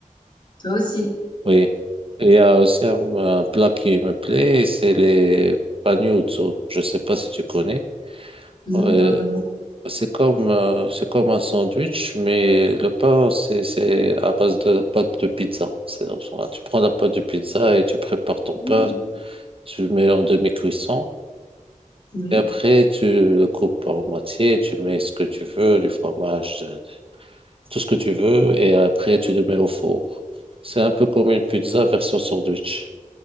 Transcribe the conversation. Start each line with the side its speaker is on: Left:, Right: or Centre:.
Left: Toi aussi?
Right: Oui. Et Il y a aussi un, un plat qui me plaît, c'est les panuzzo. Je ne sais pas si tu connais. Euh,
Left: Non, pas vraiment.
Right: c'est comme, euh, c'est comme un sandwich, mais le pain, c'est, c'est à base de la pâte de pizza. C'est- enfin, Tu prends la pâte de pizza et tu prépares ton
Left: Mm,
Right: pain, tu le mets en demi-cuisson.
Left: oui,
Right: Et après, tu le coupes en moitié, tu mets ce que tu veux, du fromage, tout ce que tu veux, et après, tu le mets au four. C'est un peu comme une pizza version sandwich.